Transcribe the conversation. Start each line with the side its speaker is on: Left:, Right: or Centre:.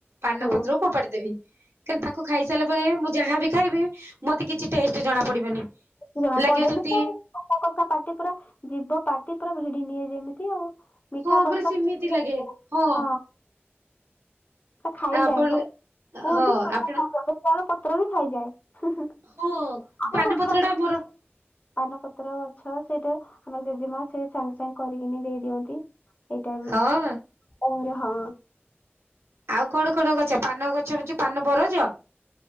Right: ପାନ
Left: ହୁଁ
Right: ପତ୍ର ପୋପାଡିଦବି। କ ତାକୁ ଖାଇସାରିଲା ପରେ ମୁଁ ଯାହାବି ଖାଇବି ମତେ କିଛି ଟେଷ୍ଟ ଜଣା ପଡିବନି।
Left: ଜଣ
Right: ଲାଗିବ
Left: ପଡେନି
Right: ଯେମିତି
Left: ତ ପା କକା ପାଟି ପୁରା ଯିବ ପାଟି ପୁରା ଭିଡି ନିଏ ଯେମିତି ଆଉ ମିଠା
Right: ହଁ
Left: କଷା
Right: ପୁରା ସେମିତି
Left: ହଁ
Right: ଲାଗେ
Left: ପୁରା
Right: ହଁ
Left: ସେ ଖାଇଯାଏ
Right: ଆପଣ
Left: କୁହନ୍ତି
Right: ହଁ
Left: <unintelligible>
Right: ଆପଣ
Left: ଚାଳ ପତ୍ର ବି ଖାଇଯାଏ
Right: ହ
Left: ଆମର
Right: ପାନପତ୍ର
Left: ଗଛ ଅଛି,
Right: ଟା ମୋର
Left: ପାନପତ୍ର ଗଛ ସେଇଟା ଆମର ଜେଜେମା ସେ ସାଙ୍ଗେ ସାଙ୍ଗେ କରିକିନି ଦେଇ ଦିଅନ୍ତି। ଏଇଟା
Right: ହଁ
Left: ଆରେ ହଁ
Right: ଆଉ କଣ କଣ ଗଛ ପାନ ଗଛଚୁ ପାନ ବରଜ